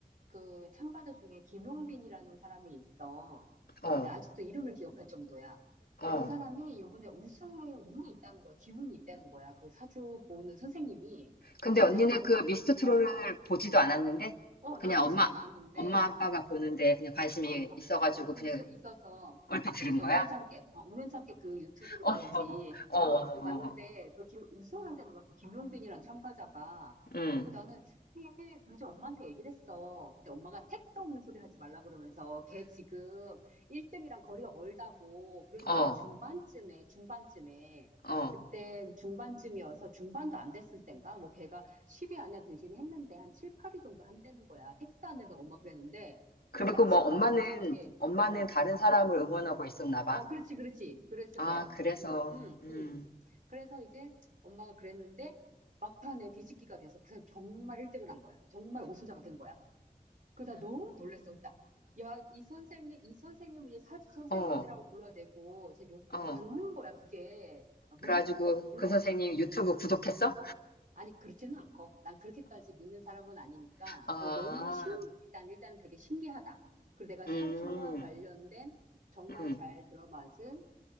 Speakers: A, on the right; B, on the left.
A: 그 참가자 중에 김용빈이라는 사람이 있어.
B: 어,
A: 근데 아직도 이름을 기억할 정도야.
B: 어.
A: 근데 그 사람이 이번에 우승에 운이 있다는 거야. 기운이 있다는 거야. 그 사주 보는 선생님이.
B: 근데
A: 그래서
B: 언니는
A: 내가 그거를,
B: 그 미스터 트롯을
A: 어,
B: 보지도 않았는데
A: 어, 나
B: 그냥
A: 보지도
B: 엄마,
A: 않았는데,
B: 엄마 아빠가 보는데 그냥 관심이
A: 어, 보-
B: 있어가지고
A: 어,
B: 그냥
A: 있, 있어서
B: 얼핏 들은
A: 근데
B: 거야?
A: 우연찮게, 어, 우연찮게 그 유튜브를
B: 어,
A: 봤지.
B: 어, 어, 어,
A: 어, 이거 봤는데,
B: 어.
A: 그 김, 우승한다는 거야. 그 김용빈이란 참가자가.
B: 응,
A: 그 나는 이게 그래서 엄마한테 얘기를 했어. 그때 엄마가 택도 없는 소리 하지 말라 그러면서 걔 지금 1등이랑 거리가 멀다고 그러니까
B: 어,
A: 한 중반쯤에 중반쯤에
B: 어.
A: 그때 중반쯤이어서 중반도 안 됐을 땐가 뭐 걔가 10위 안에 들긴 했는데 한 7, 8위 정도 한다는 거야. 택도 안 된다고 엄마 그랬는데
B: 그리고
A: 마침
B: 뭐 엄마는
A: 마- 마지막에
B: 엄마는
A: 어
B: 다른 사람을 응원하고 있었나 봐.
A: 어, 그렇지, 그렇지. 그랬을
B: 아,
A: 거야, 아마.
B: 그래서
A: 그래가지고, 응
B: 음.
A: 응 그래서 이제 엄마가 그랬는데, 막판에 뒤집기가 돼서 그 사람 정말 1등을 한 거야. 정말 우승자가 된 거야. 그러다 너무 놀랬어, 딱. 야, 이 선생님, 이 선생님은 이제 사주 선생님이라고
B: 어.
A: 불러야 되고, 이제 욕,
B: 어.
A: 맞는 거야, 그게. 아, 물론,
B: 그래가지고
A: 물론.
B: 그 선생님 유튜브
A: 음,
B: 구독했어?
A: 아니, 그렇지는 않고. 난 그렇게까지 믿는 사람은 아니니까,
B: 아.
A: 어, 너무 신, 일단, 일단 되게 신기하다. 그리고 내가 사주와
B: 음.
A: 관련된 정말
B: 음.
A: 잘 들어맞은